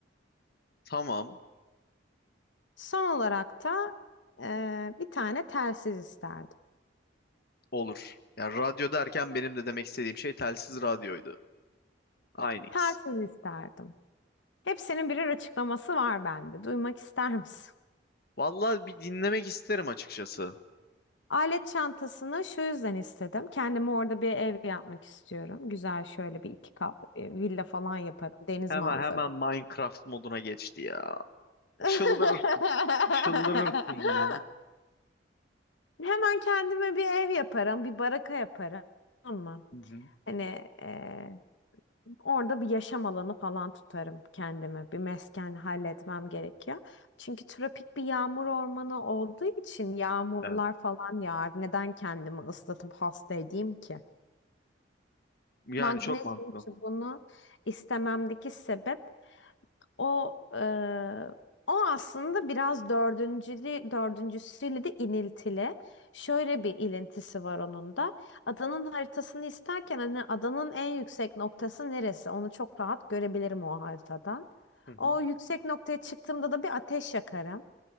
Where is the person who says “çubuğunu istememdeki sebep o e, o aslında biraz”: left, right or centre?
Left